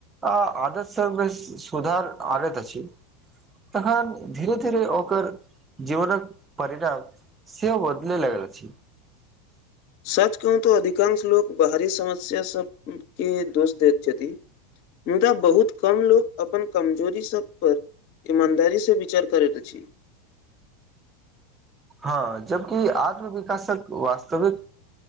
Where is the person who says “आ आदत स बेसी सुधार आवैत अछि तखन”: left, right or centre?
Right